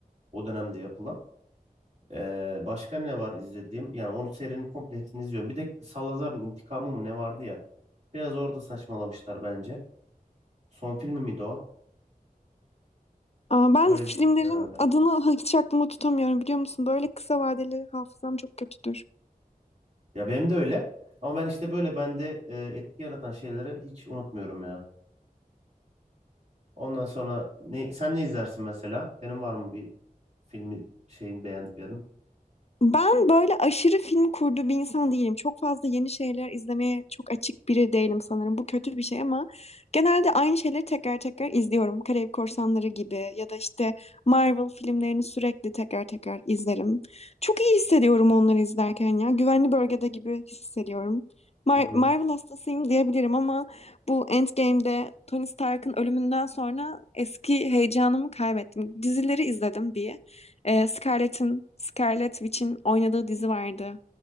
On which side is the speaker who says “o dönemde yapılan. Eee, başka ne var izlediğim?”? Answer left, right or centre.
Right